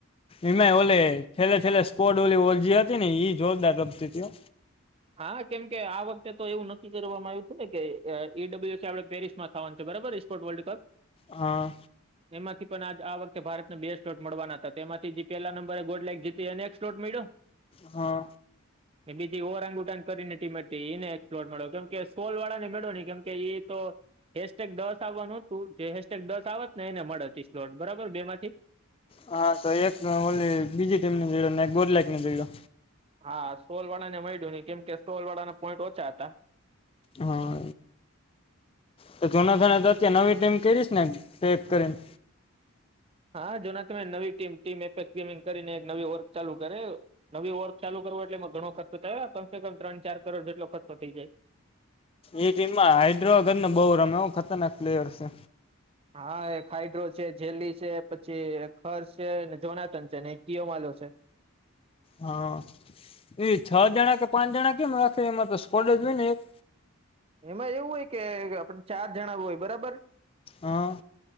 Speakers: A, on the left; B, on the right.
A: એમાય ઓલે છેલ્લે, છેલ્લે સ્કોવડ ઓલી ઓલજી હતી, ને ઈ જોરદાર રબતી
B: હા, કેમ કે આ વખતે, તો એવું નક્કી કરવામાં આવ્યું હતું, ને કે ઈડબલ્યુસી આપડે પેરિસ માં થવાનું છે. બરોબર, સ્પોર્ વર્લ્ડ કપ
A: હા
B: એમાંથી પણ, આ આ વખતે ભારતને બે સ્ટોટ મળવાના હતા, તેમાંથી જે પેલા નંબરે ગોડ લક જીતી એને એક સ્ટોટ્યો
A: હા
B: એ બીજી, ઓરાંગ ઉરાાંગ કરીને ટીમે એને એક્પ્લોર મળો કે સોલ વાળા, ને મેળો નહી, કેમ કે એ તો હેેશેગ દવાસ આવવાનું તું જે હેસટેગ દસ આવત, ને એને મળે હતીશ દોઢ બરાબર બે માંથી
A: હા, તો એક ઓલી બીજી ટીમને જોઈને ને ગોડલાઈક ને જોઈરો
B: હા, સોલ વાળા ને મળ્યું નહી, કેમ કે સોલ વાળા ના પોઈન્ટ ઓછા હતા
A: હા તો જૂના થણે, તો અત્યારે નવી ટીમ કરીશ ને ટેક કરીને
B: હા જોના તમે નવી ટીમ ટીમ એફેસ, ગેમિંગ કરીને એક નવી વર્ક ચાલુ કરે નવી ઓગ ચાલુ, કરવું એટલે એમાં ઘણો ખર્ચો થયો કમસે કમ ત્રણ ચાર કરોડ જેટલો ખર્ચો થઈ, જાય
A: એ ટીમમાં હૈદરાબાદને બહુ, રમ એવું ખતરનાક પ્લેયર છે.
B: હા, એ હાઈડ્રો છે, જેલી છે પછી હષ છે જોનાથન છે ને કિયોમાલો છે. <inaudible>
A: હા એ છ જણા, કે પાંચ જણા, કેમ રાખે એમાં તો સ્કોડ જ હોય, ને એક
B: એમાં એવું હોય, કે આપણે ચાર જણા હોય બરાબર
A: હા